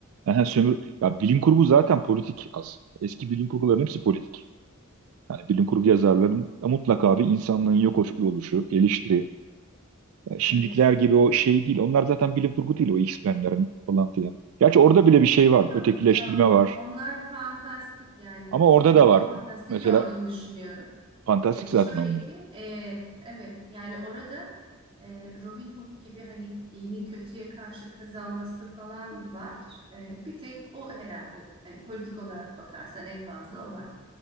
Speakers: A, on the right (about 70°); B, on the right (about 25°).
A: Aha, sömür, ya bilim kurgu zaten politik aslında. Eski bilim kurguların hepsi politik. Yani bilim kurgu yazarların mutlaka bir insanlığın yok oluşu, eleştiri, Şimdikiler
B: Evet.
A: gibi o şey değil. Onlar zaten bilim kurgu değil o X-Men'ler falan filan. Gerçi orada bile bir şey var.
B: Yok
A: Ötekileştirme
B: yok.
A: var.
B: Onlar fantastik yani
A: Ama
B: kesinlikle
A: orada da var.
B: fantastik
A: Mesela
B: olduğunu düşünüyorum.
A: fantastik
B: E,
A: zaten
B: şöyle
A: onlar.
B: ki e, evet yani orada e, Robin Hood gibi hani iyinin kötüye karşı kazanması falan var. E, bir tek o herhalde hani politik olarak bakarsan en fazla o var.